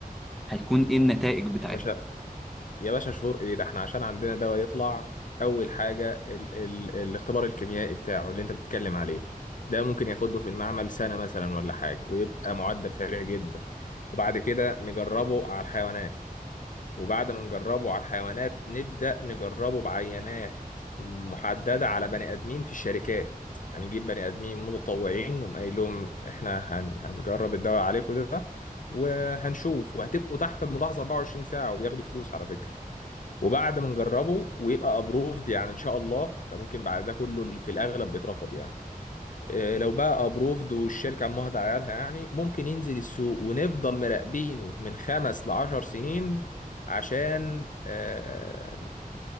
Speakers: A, in the centre; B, on the left.
A: هيكون إيه النتائج بتاعتها
B: يا باشا يا باشا شهور ايه ده احنا عشان عندنا دواء يطلع أول حاجة ال ال الاختبار الكيميائي بتاعه اللي أنت بتتكلم عليه ده ممكن ياخده في المعمل سنة مثلا ولا حاجة ويبقى معدل سريع جدا وبعد كده نجربه على الحيوانات وبعد ما نجربه على الحيوانات نبدأ نجربه بعينات محددة على بني آدمين في الشركات يعني نجيب بني آدمين متطوعين نقوم قايل لهم إحنا هن... هنجرب الدواء عليكم ده وهنشوف وهتبقوا تحت الملاحظة 24 ساعة وبياخدوا فلوس على فكرة وبعد ما نجربه ويبقى أبروفد يعني إن شاء الله ده ممكن بعد ده كله في الأغلب بيترفض يعني آه، لو بقى ابروفد والشركه عمها عيالها يعني ممكن ينزل السوق ونفضل مراقبينه من خمس لعشر سنين عشان آه،